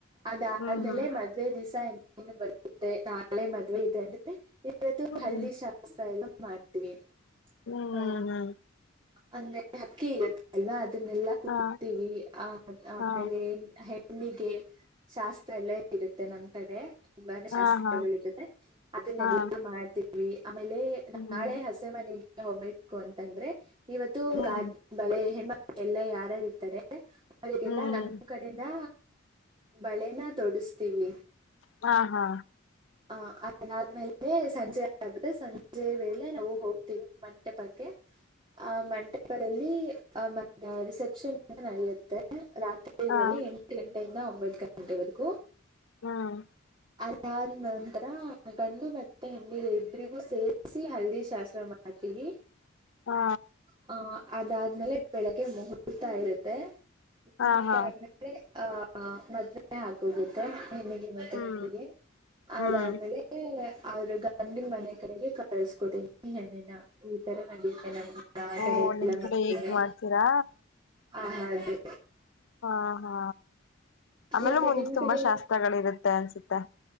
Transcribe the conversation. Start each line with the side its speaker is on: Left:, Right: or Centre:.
Right: ಅದಾದ್ಮೇಲೆ
Left: ಹ್ಮ್ ಹ್ಮ್
Right: ಮ ಮದ್ೆ ದಿವಸ ಇ ಬರುತ್ತೆ ನಾಳೆ ಮದ್ೆ ಇದೆ ಅಂದ್ರೆ ಇವತ್ತು
Left: ಹ್ಮ್
Right: ಹಿ ಸ ಎಲ್ಲ ಮಾಡ್ತೀವಿ
Left: ಹ್ಮ್ ಹ್ಮ
Right: ಆ
Left: ಹ್ಮ
Right: ಅಂದ್ರೆ ಹಕ್ಕಿ ಇರುತ್ತೆ ಅಲ್ವಾ ಅದನ್ನೆಲ್ಲ ಕುಡ್ತವಿ
Left: ಹಾ
Right: ಆ ಆಮೇಲೆ
Left: ಹಾ
Right: ಹೆಣ್ಣಿಗೆ ಶಾಸ್ತ್ರ ಎಲ್ಲ ಇರುತ್ತೆ ನಮ್ ಕಡೆ ತುಂಬಾನೇ
Left: ಹಾ
Right: ಶಾಸ್ತ್ರಗಳಿರುದೆ
Left: ಹಾ
Right: ಅದನ್ನೆಲ್ಲಾ
Left: ಹಾ
Right: ಮಾಡ್ತೀವಿ ಆಮೇಲೆ
Left: ಹ್ಮ್
Right: ನಾಳೆ ಹ ಮದುವೆ ಮನೆಗೆ ಹೋಗ್ಬೇಕು ಅಂತಂದ್ರೆ ಇವತ್ತು
Left: ಹ್ಮ್
Right: ಗ ಬಳೆ ಹೆಣ್ಮಳ ಎಲ್ಲ ಯಾರಾರು ಇರ್ಾರೆ ಅವರಿಗೆಲ್ಲಾ
Left: ಹ್ಮ್
Right: ನಮ್ಮ್ ಕಡೆಿಂದ ಬಳೆನ ತೊಡಿಸ್ತೀವಿ
Left: ಹಾ ಹಾ
Right: ಹ ಅಾದ್ಮೇಲೆ ಸಂಜೆ ಆಗದೆ ಸಂಜೆ ವೇಳೆ ನಾವು ಹೋಗ್ತೀವಿ ಮಂಟೆ ಪಕ್ಕೆ
Left: <unintelligible>
Right: ಆ್ ಮಂಟಪದಲ್ಲಿ ಆ ಮ ರಿಸೆಪ್ಷನ್ ಅಂತ ನಡೆಯುತ್ತೆ ರಾತ್ರಿದಲ್ಲಿ
Left: ಹಾ
Right: ಎಂಟು ಗಂಟೆಯಿಂದ ಒಂಬತ್ತು ಗಂಟೆವರೆಗೂ
Left: ಹ್ಮ್
Right: ಅದಾದ ನಂತರ ಗಂಡು ಮತ್ತೆ ಹೆಣ್ಣ ಇಬರಿಗೂ ಸೇರಿಸಿ ಹಲ್ದಿ ಶಾಸ್ತ್ರ ಮಾಡ ಮಾಡ್ತೀವಿ
Left: ಹಾ
Right: ಹ ಅದಾದ್ಮೇಲೆ ಬೆಳಗ್ಗೆ ಮುಹೂರ್ತ ಇರುತ್ತೆ
Left: ಹಾ
Right: ಮುಹೂರ್ತ
Left: ಹಾ
Right: ಆದ್ಮೇಲೆ ಆ ಮದ್ನೆ ಆಗೋಗುತ್ತೆ ಹೆ್ಣಿಗೆ ಮತ್ತೆ
Left: ಹ್ಮ್
Right: ಗಂಡಿಗೆ ಹೌದಾದ್ಮೇಲೆ
Left: ಹ್ಮ್
Right: ಅವ್ರ ಗಂಡಿ ಮನೆ ಕಡೆಗೆ ಕಳ್ಸ್ಕೊತ ಏನ ಈ ತರ ನಂಡತ ಆ
Left: ಓ
Right: ಕಡೆಲ್ಲ
Left: ನಿಮ್
Right: ಮಾಡತ
Left: ಕಡೆ ಹೀಗ್ ಮಾಡ್ತೀರಾ
Right: ಆ ಅದು
Left: ಹಾ ಹಾ ಆಮೇಲೆ
Right: ಮತ್ತೆ
Left: ಮುಂದೆ
Right: ನಿಮ್
Left: ತುಂಬಾ
Right: ಕಡೆ
Left: ಶಾಸ್ತ್ರಗಳಿರುತ್ತೆ ಅನ್ಸುತ್ತೆ